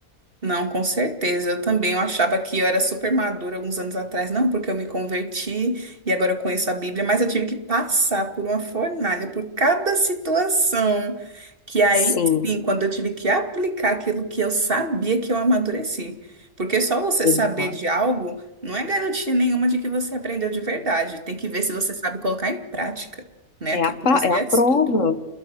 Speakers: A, on the right; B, on the left.
A: Não, com certeza. Eu também. Eu achava que eu era super madura alguns anos atrás. Não, porque eu me converti e agora eu conheço a Bíblia, mas eu tive que passar por uma fornalha, por cada situação. Que aí
B: Sim,
A: sim, quando eu tive que aplicar aquilo que eu sabia que eu amadureci. Porque só você
B: exato.
A: saber de algo não é garantia nenhuma de que você aprendeu de verdade. Tem que ver se você sabe colocar em prática, né?
B: É,
A: Aquilo
B: é a, pa-
A: que você
B: é a prova.
A: estudou.